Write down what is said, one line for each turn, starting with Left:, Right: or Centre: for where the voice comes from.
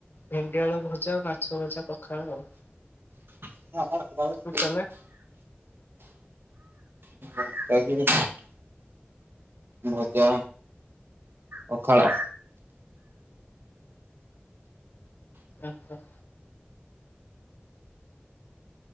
Left: ଭେଣ୍ଡିଆେଳୁ ଭଜା, ମାଛ ଭଜା ପଖାଳ ଆଉ।
Right: <unintelligible>
Left: ତମେ?
Right: <unintelligible> ଭଜା ପଖାଳ।
Left: ଆଛା।